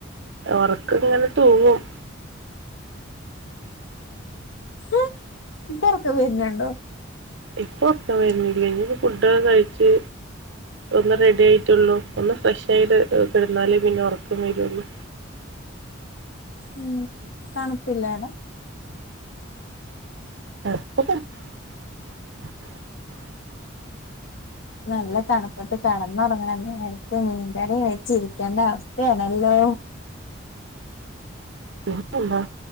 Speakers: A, on the right (about 60°); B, on the left (about 65°).
A: ഒറക്കങ്ങനെ തൂങ്ങും
B: ഉം ഇപ്പൊറക്കെം വെര്നുണ്ടോ
A: ഇപ്പൊ ഒർക്കം വര്ണില്ല്യ. ഇഞ്ഞിപ്പോ ഫുഡൊക്കെ കഴിച്ച് ഒന്ന് റെഡി ആയിട്ടുള്ളൂ, ഒന്ന് ഫ്രഷ് ആയിട്ട് കെടന്നാലേ പിന്നെ ഒർക്കം വരുള്ളൂ
B: ഉം തണുപ്പില്ലേ ടെ
A: <unintelligible>
B: നല്ല തണുപ്പത്ത് കെടന്നൊറങ്ങണേന് നേരത്ത് മീൻകറി വെച്ചിരിക്കേണ്ട അവസ്ഥയാണല്ലോ
A: പിന്നെന്താ